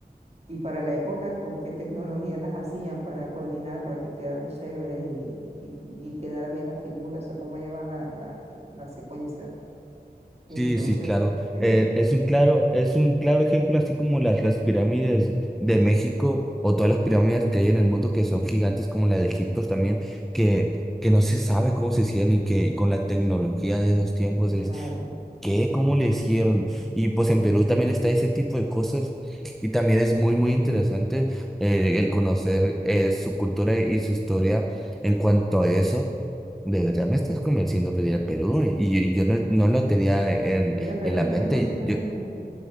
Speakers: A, on the right; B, in the centre.
A: y para la época, con qué tecnología las hacían para coordinar, para que quedaran chéveres y, y, y quedara bien la figura, o sea, cómo llevan la, la, la secuencia.
B: Sí,
A: Entonces,
B: sí, claro.
A: eh,
B: Eh, es un claro,
A: eh,
B: es un claro ejemplo, así como las, las pirámides de México o todas las pirámides que hay en el mundo que son gigantes, como la de Egipto también, que, que no se sabe cómo se hicieron y que con la tecnología de esos tiempos es
A: claro,
B: ¿Qué? ¿Cómo le hicieron? Y pues en Perú también está ese tipo de cosas y también es muy, muy interesante eh, el conocer eh, su cultura y su historia en cuanto a eso. De verdad me estás convenciendo a pedir a Perú
A: sí.
B: y, y yo no, no lo tenía en,
A: Mira, Perú
B: en la
A: tiene
B: mente.
A: cositas
B: Yo,
A: muy bonitas.